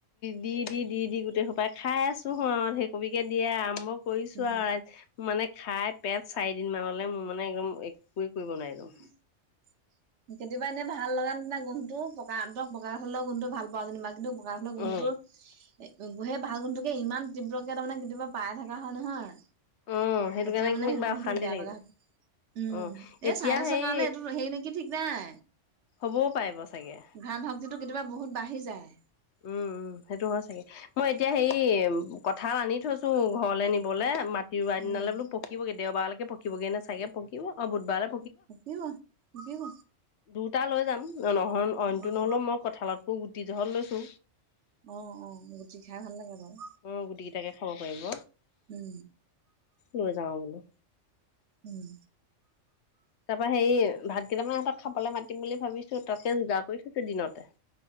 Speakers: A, on the left; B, on the right.
A: দি দি দি দি গোটেই সোপাই খাই আছো হ সেই কবিকে দিয়ে আৰম্ভ কৰিছোঁ
B: উম।
A: আৰু ৰাই মানে খাই পেট চাৰি দিন মানলৈ মোৰ মানে একদম একোৱে কৰিব নোৱাৰিলো
B: <unintelligible> কেতিয়াবা এনে ভাল লগা নিচিনা গুন্ধটো পকাহঁতক পকা কঁঠাল গুন্ধটো ভাল পাঁও যেনিবা কিন্তু বা কঁঠাল গোন্ধটো
A: অ
B: এ সেই ভাল গোন্ধটো কে ইমান তীব্ৰ কে তাৰমানে কেতিয়াবা পাই থকা হয় নহয়
A: অ সেইটো
B: তেতিয়া
A: কাৰণে
B: মানে সেই
A: কিবা
B: গুণটো
A: অশান্তি
B: বেয়া
A: লাগিল
B: লগা হ উম
A: অ
B: এই
A: এতিয়া
B: চাইনেছৰ
A: হেৰি
B: কাৰণে এইটো সেই নেকি ঠিক নাই
A: হ'বও পাৰিব চাগে
B: ঘাম ভাবতো কেতিয়াবা বহুত বাঢ়ি যায়
A: উম উম সেইটো হয় চাগে মই এতিয়া হেৰি কঁঠাল আনি থৈছোঁ ঘৰলে নিবলৈ মাত তিওবাৰ দিনলে
B: উম
A: বোলো পকিবগে দেওবাৰলৈকে পকিবগে নে চাগে পকিব আৰু বুধবাৰলৈ
B: পকিব পকিব
A: দুটা লৈ যাম নহয় অইনটো
B: উম
A: নহ'লেও মই কঁঠালতকো গুটি জহত লৈছো
B: অ অ গুটি খাই ভাল লাগে বাৰু
A: উম গুটি কিটাকে খাব পাৰিব
B: উম
A: লৈ যাওঁ বোলোঁ
B: উম।
A: তাৰ পৰা হেৰি ভাত কেইটামান সিহতক খাবলে মাতিম বুলি ভাবিছোঁ তাকে যোগাৰ কৰি থৈছোঁ দিনতে